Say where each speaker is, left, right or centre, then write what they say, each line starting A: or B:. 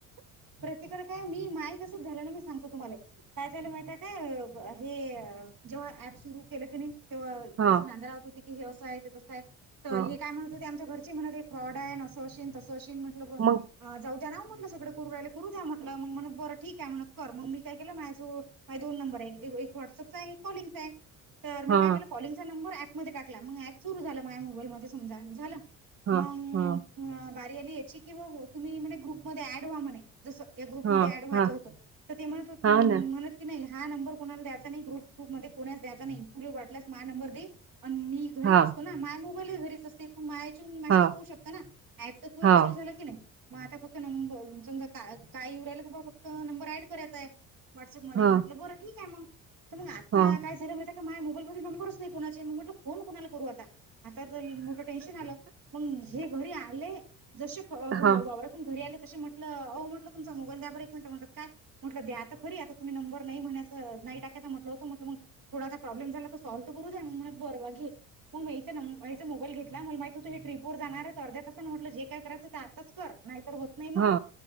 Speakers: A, on the right; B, on the right.
A: प्रत्येकाला काय मी माय कसंच झालं ना मी सांगतो तुम्हाले काय झालं माहित आहे काय? हे जेव्हा ऍप सुरू केलं की नाही तेव्हा
B: हा
A: अस नांदा लावत हो हे असं आहे ते तसं आहे तर
B: हा
A: हे काय म्हणत ते आमच्या घरची म्हणत होती की हे फ्रॉड आहे असं अशीन म्हट
B: मग
A: जाऊ द्यानव म्हटलं सगळं करू राहिले करू द्या म्हटलं मग बरं ठीक आहे म्हण कर मग मी काय केलं मायाझो माये दोन नंबर हाय एक वड चा एक कोलिंगचा आहे. तर मी
B: हा
A: काय केलं कॉलिंगचा नंबर ऍपमध्ये टाकला मग ऍप सुरू झाल माझ्या मोबाईलमध्ये समजा झालं.
B: हा
A: मग
B: हा
A: बारी आली याची कि म तुम्ही ग्रुपमध्ये ऍड वा म्हणे जस या ग्रुपमध्ये
B: हा
A: ऍड व्हायचं
B: हा
A: होतं तर ते म्हण
B: हा ना
A: म्हणत की नाही हा नंबर कोणाला द्यायचा नाही ग्रुप मध्ये कोणाला द्याचा नाही तुले वाटल्यास म्या नंबर दे आणि मी घरीच
B: हा
A: असतो ना माय मोबाईल घरीच असते तू माय तू मेसेज
B: हा
A: पाहू शकत ना अँप त तूवा
B: हा
A: चालू झालं की नाही मग आता फक्त नम समजा काय कायऊ राहिला गा बा फक्त नंबर ऍड करायचाय आहे व्हॉट्सअप मध्ये
B: हा
A: म्हटलं बरं ठीक आहे मग. तर मग आता
B: हा
A: काय झालं, माझ्या मोबाईल मध्ये नंबरच नाही कुणाचे मग म्हटलं फोन कणाला करू आता, आता तर मोठं टेन्शन आलं मग हे घरी आले जसे वावरातून
B: हा
A: घरी आले तस म्हटल ओ म्हटलं तुमचा मोबाईल द्यार एक मिनट म्हट काय? म्हटलं! द्या आता खरी आता तुम्ही नंबर नाही म्हणायं नाही टा म्हटलं होतं म्हट मग थोडा प्रॉब्लेम झाला तर सॉल्व करू द्या मग बरंघे मग मीचा नंचां मोबाईल घेतला मग माहि तु हे ट्रीपवर जाणार आहे तर अध्या तासान म्हट जे काय करायं ते आताच कर नाहीतर होत नाही
B: हा
A: मग